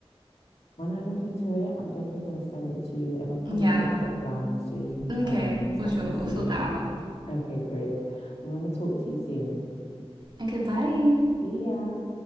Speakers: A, on the left (about 80°); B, on the right (about 45°).
A: when I look into it, I'm definitely going to send it to you and I'm probably
B: Yeah.
A: going to pop round so you can try
B: Okay.
A: on me so
B: We'll sure.
A: I can
B: We'll
A: see.
B: sort that out.
A: Okay, great. I'm going to talk to you soon.
B: Okay. Bye.
A: See ya.